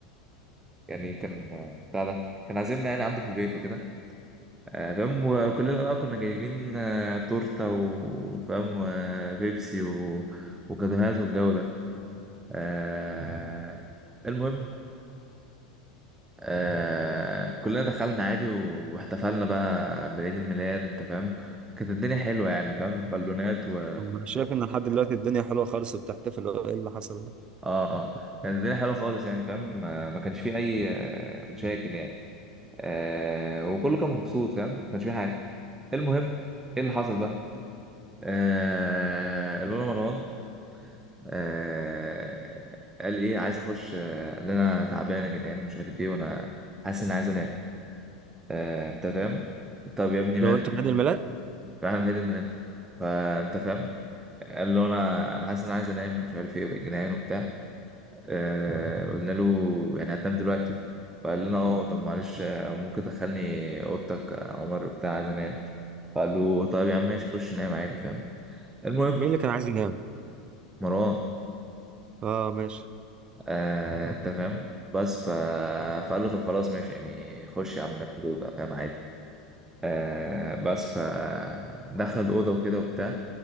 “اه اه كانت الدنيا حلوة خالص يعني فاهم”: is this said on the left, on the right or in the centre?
Right